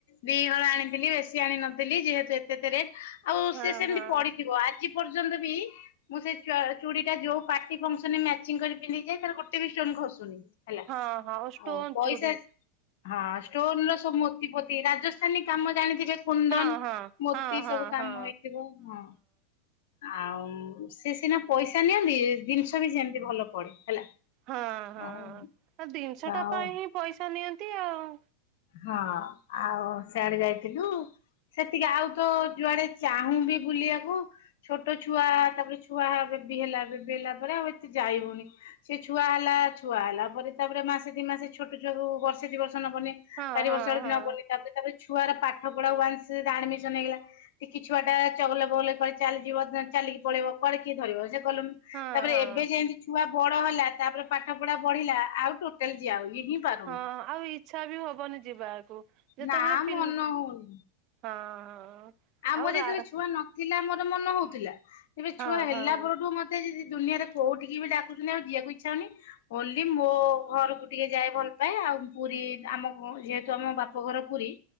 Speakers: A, on the left (about 55°); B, on the right (about 40°).
A: ଦିହଳ ଆଣିଥିଲି, ବେଶୀ ଆଣି ନଥିଲି, ଯେହେତୁ ଏତେ ଏତେ ରେଟ। ଆଉ
B: ହଁ
A: ସିଏ ସେମିତି
B: ହଁ
A: ପଡିଥିବ, ଆଜି ପର୍ଯ୍ୟନ୍ତ ବି ମୁଁ ସେଇ ଚୁଡ଼ି ଟା, ଯୋଉ ପାର୍ଟି ଫଙ୍କସନ ରେ ମ୍ୟାଚିଂ କରି ପିନ୍ଧିକି ଯାଏ, ତାର ଗୋଟେ ବି ଷ୍ଟୋନ୍ ଖସୁନି। ହେଲା,
B: ହଁ ହଁ ଓ ଷ୍ଟୋନ
A: ଆଉ ପଇସା,
B: ଚୁଡ଼ି
A: ହଁ ଷ୍ଟୋନର ସବୁ ମୋତିଫୋତି, ରାଜସ୍ଥାନୀ କାମ ଜାଣିଥିବେ? କୁନ୍ଦନ,
B: ହଁ ହଁ
A: ମୋତି
B: ହଁ ହଁ
A: ସବୁ କାମ
B: ହଁ।
A: ହେଇଥିବ, ହଁ। ଆଉ, ସେ ସିନା ପଇସା ନିଅନ୍ତି, ଜିନିଷ ବି ସେମତି ଭଲ ପଡେ ହେଲା।
B: ହଁ ହଁ,
A: ଆଉ
B: ଆଉ ଜିନିଷ
A: ଆଉ
B: ଟା ପାଇଁ ହିଁ ପଇସା ନିଅନ୍ତି ଆଉ।
A: ହଁ, ଆଉ ସିଆଡେ ଯାଇଥିଲୁ। ସେତିକି, ଆଉ ତ ଯୁଆଡେ ଚାହୁଁବି ବୁଲିବାକୁ ଛୋଟ ଛୁଆ, ତାପରେ ଛୁଆ ହେ ବେବି ହେଲା, ବେବି ହେଲା ପରେ ଆଉ ଏତେ ଯାଇହଉନି। ସେ ଛୁଆ ହେଲା, ଛୁଆ ହେଲା ପରେ ତାପରେ ମାସେ ଦି ମାସେ ଛୋଟ ଛୁଆକୁ ବର୍ଷେ ଦି ବର୍ଷ ନବନି। ଚାରି
B: ହଁ ହଁ
A: ବର୍ଷ ଆଡିକି
B: ହଁ।
A: ନବନି, ତାପରେ, ତାପରେ ଛୁଆର ପାଠ ପଢା ୱାନ୍ସ ଆଡମିସନ ହେଇଗଲା ଟିକି ଛୁଆଟା, ଚଗଲା ବଗଲା କୁଆଡେ ଚାଲଯିବ, ଚାଲିକି ପଳେଇବ, କୁଆଡେ କିଏ ଧରିବ, ସେ ଗଲୁନୁ।
B: ହଁ
A: ତାପରେ
B: ହଁ
A: ଏବେ ଯେମିତି ଛୁଆ ବଡ ହେଲା ତାପରେ ପାଠ ପଢା ବଢିଲା ଆଉ ଟୋଟାଲ ଯିଆ ହଉନି <unintelligible> ପାରୁନ
B: ହଁ ଆଉ ଇଚ୍ଛା ବି ହବନି ଯିବାକୁ ଯେତେବେଳେ
A: ନା
B: ପି
A: ମନ ହଉନି।
B: ହଁ ହଁ।
A: ଆମର
B: ଆଉ ରା
A: ଯେତେବେଳେ ଛୁଆ ନଥିଲା ଆମର ମନ ହଉଥିଲା ସେବେ
B: ହଁ
A: ଛୁଆ ହେଲା
B: ହଁ।
A: ପରଠୁ ମ ଦୁନିଆରେ କୋଉଠି କୁ ବି ଡାକୁୁଛନ୍ତି ଆଉ ଯିଆକୁ ଇଚ୍ଛା ହଉନି। ହୋଲି ମୋ ଘରକୁ ଟିକେ ଯାଏ ଭଲ ପାଏ ଆଉ ପୁରୀ ଆମ ଯେହେତୁ ଆମ ବାପ ଘର ପୁରୀ